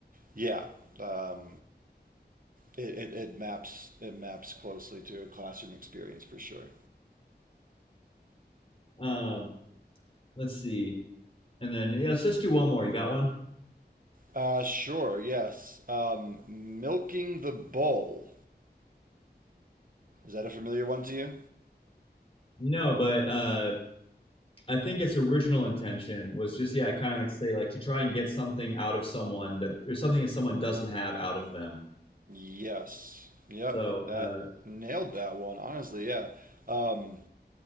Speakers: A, on the right; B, on the left.
A: yeah, um, it, it, it maps it maps closely to a classroom experience for sure.
B: Um, let's see. And then, yeah, let's just do one more. You got one?
A: Uh, sure, yes. Um, milking the bowl. Is that a familiar one to you?
B: No, but uh, I think its original intention was just, yeah, kind of like say, like to try and get something out of someone that there's something that someone doesn't have out of them.
A: Yes. Yep.
B: So,
A: That
B: uh,
A: nailed that one. Honestly, yeah. Um,